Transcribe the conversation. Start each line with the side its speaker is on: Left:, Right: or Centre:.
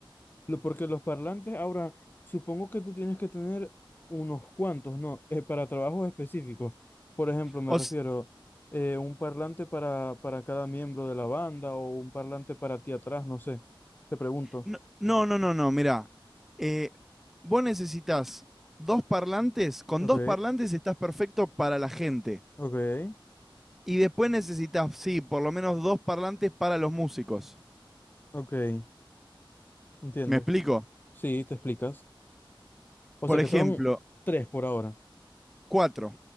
Left: Lo- Porque los parlantes, ahora, supongo que tú tienes que tener unos cuantos, ¿no? Eh, para trabajos específicos. Por ejemplo, me
Centre: os,
Left: refiero eh, un parlante para, para cada miembro de la banda o un parlante para ti atrás, no sé. Te pregunto.
Centre: no, no, no, no, no, mirá. eh, vos necesitas dos parlantes, con
Left: Ok,
Centre: dos parlantes estás perfecto para la gente.
Left: ok,
Centre: Y después necesitas, sí, por lo menos dos parlantes para los músicos.
Left: ok. Entiendo.
Centre: ¿Me explico?
Left: Sí, te explicas. O
Centre: Por
Left: sea que
Centre: ejemplo,
Left: son tres por ahora.
Centre: cuatro.